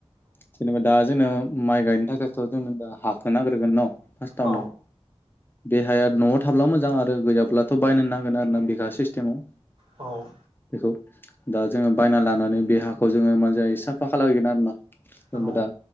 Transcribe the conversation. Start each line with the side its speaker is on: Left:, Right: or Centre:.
Left: जेनेबा दा जोंनो माइ गायनो थाखायथ जोंनो दा हाखो नाग्रोगोन न फार्स्टआवनो
Right: औ
Left: बे हाया नआव थाब्ला मोजां आरो गैयाब्लाथ बायनो नांगोन आरोना बिगासे सिस्टेमाव
Right: औ
Left: बेखौ दा जोङो बायना लानानै बे हाखौ जोङो मान दायो साफा खालामहैगोन आरोना जेनेबा
Right: औ
Left: दा